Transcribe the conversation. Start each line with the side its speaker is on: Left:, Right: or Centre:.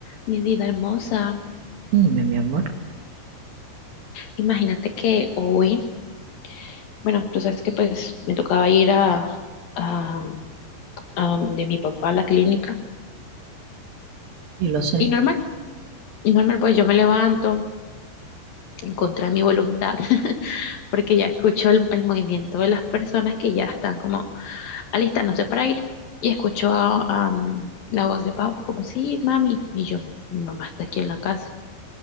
Left: Mi vida hermosa,
Right: Dime, mi amor,
Left: imagínate que hoy, bueno, tú sabes que pues me tocaba ir a, a, a donde mi papá, a la clínica,
Right: y lo sé.
Left: y normal, y normal, pues yo me levanto en contra de mi voluntad, <laughs> porque ya escucho el, el movimiento de las personas que ya están como alistándose para ir, y escucho a, a, mm, la voz de Pau, como, sí, mami, y yo, mi mamá está aquí en la casa.